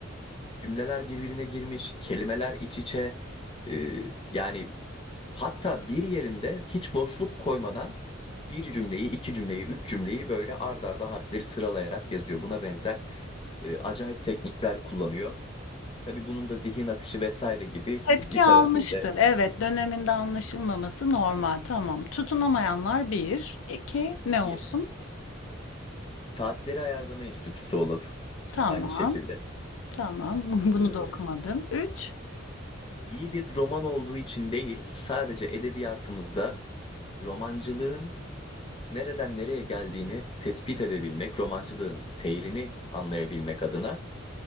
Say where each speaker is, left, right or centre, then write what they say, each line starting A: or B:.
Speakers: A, on the left; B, on the left.
A: Cümleler birbirine girmiş, kelimeler iç içe. Ee, yani hatta bir yerinde hiç boşluk koymadan bir cümleyi, iki cümleyi, üç cümleyi böyle ard arda harfleri sıralayarak yazıyor. Buna benzer e, acayip teknikler kullanıyor. Tabii bunun da zihin akışı vesaire gibi
B: Tepki
A: literatürde
B: almıştır. Evet, döneminde anlaşılmaması normal. Tamam. Tutunamayanlar bir 2. Ne
A: bir.
B: olsun?
A: Saatleri Ayarlama Enstitüsü olur
B: Tamam,
A: aynı şekilde.
B: tamam. <laughs>
A: Ee,
B: bunu da okumadım. üç
A: iyi bir roman olduğu için değil, sadece edebiyatımızda romancılığın nereden nereye geldiğini tespit edebilmek, romancılığın seyrini anlayabilmek adına